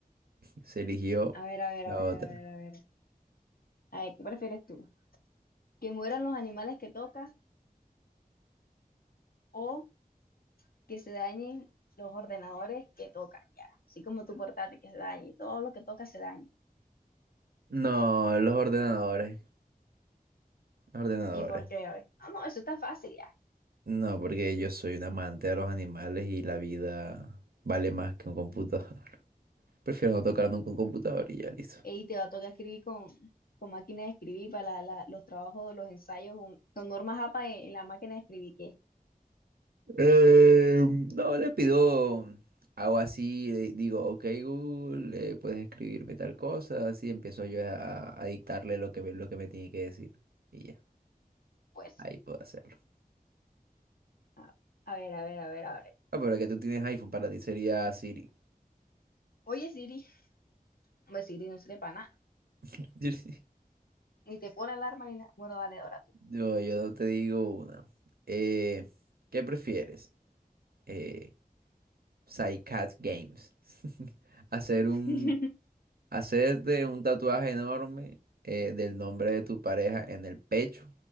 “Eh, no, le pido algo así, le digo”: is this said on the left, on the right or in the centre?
Right